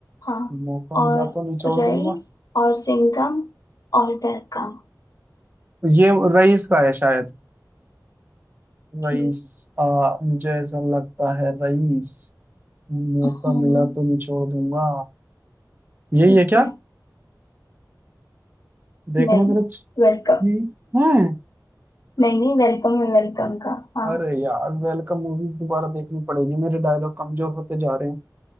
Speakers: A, on the left (about 55°); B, on the right (about 25°).
A: हाँ
B: मौका
A: और
B: मिला तो निचोड़
A: रईस
B: दूंगा
A: और सिंघम और वेलकम
B: ये रईस का है शायद
A: ठीक
B: रईस आ, मुझे ऐसा लगता है रईस मौका
A: हम्म,
B: मिला तो निचोड़ दूंगा यही
A: ठीक
B: है क्या
A: है
B: देखना
A: नहीं
B: जरा
A: वेलकम
B: ये है
A: नहीं नहीं वेलकम है वेलकम का हाँ
B: अरे यार वेलकम मूवी दोबारा देखनी पड़ेगी मेरे डायलॉग कमजोर होते जा रहे हैं